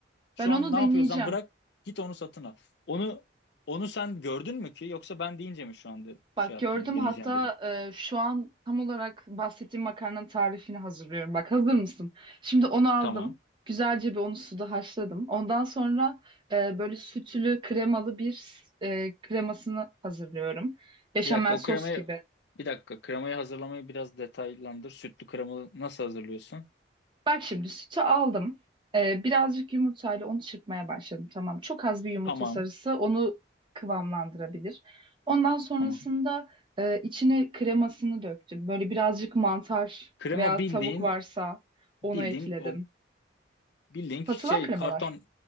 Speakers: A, on the left (about 65°); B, on the right (about 25°).
A: Şu
B: Ben onu
A: an ne
B: deneyeceğim.
A: yapıyorsan bırak git onu satın al. Onu onu sen gördün mü ki yoksa ben deyince mi şu anda şey
B: Bak
A: yaptın
B: gördüm
A: deneyeceğim
B: hatta
A: dedin.
B: e, şu an tam olarak bahsettiğim makarnanın tarifini hazırlıyorum. Bak hazır mısın? Şimdi onu aldım.
A: Tamam.
B: Güzelce bir onu suda haşladım. Ondan sonra e, böyle sütlü kremalı bir e, kremasını hazırlıyorum. Beşamel
A: Bir dakika o
B: sos
A: kremayı
B: gibi.
A: bir dakika kremayı hazırlamayı biraz detaylandır. Sütlü kremalı nasıl hazırlıyorsun?
B: Bak şimdi sütü aldım. Ee, birazcık yumurtayla onu çırpmaya başladım. Tamam. Çok az bir yumurta
A: Tamam,
B: sarısı onu kıvamlandırabilir. Ondan sonrasında
A: tamam.
B: e, içine kremasını döktüm. Böyle birazcık mantar
A: Krema
B: veya
A: bildiğin
B: tavuk varsa
A: bildiğin
B: onu ekledim.
A: o bildiğin şey
B: Satılan kremalar.
A: karton